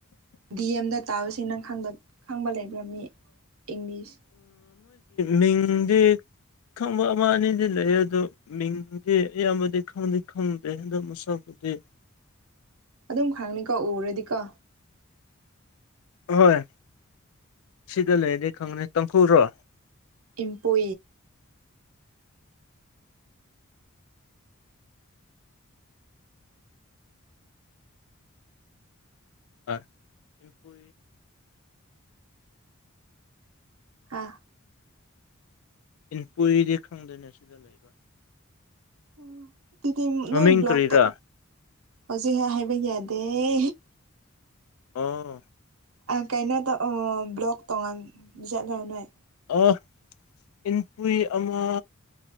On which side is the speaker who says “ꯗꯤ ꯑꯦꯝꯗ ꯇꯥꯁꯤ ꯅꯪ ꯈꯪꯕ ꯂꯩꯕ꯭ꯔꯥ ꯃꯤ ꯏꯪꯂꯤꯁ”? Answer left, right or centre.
Right